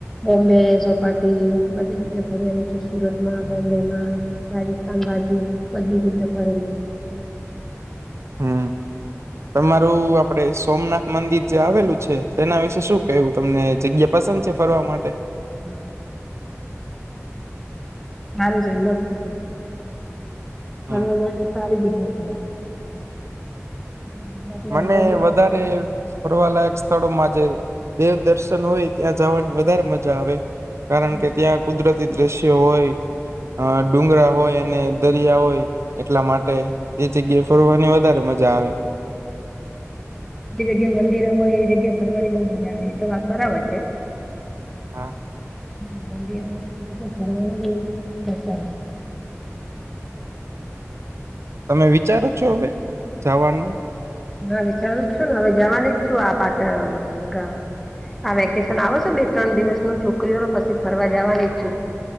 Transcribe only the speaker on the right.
હમ તમારું આપડે સોમનાથ મંદિર જે આવેલું છે તેના વિશે શું કેવું તમને જગ્યા. પસંદ છે ફરવા માટે.
હમ
મને
વધારે.
ફરવાલાયક સ્થળોમાં જે દેવદર્શન હોય ત્યાં જવાની વધારે મજા આવે. કારણ
કે ત્યાં
કુદરતી દ્રશ્ય હોય અ ડુંગરા હોય અને દરિયા હોય એટલા માટે એ જગ્યા ફરવાની વધારે મજા આવે. <unintelligible>
હા
તમે વિચારો છો હવે જાવાનું.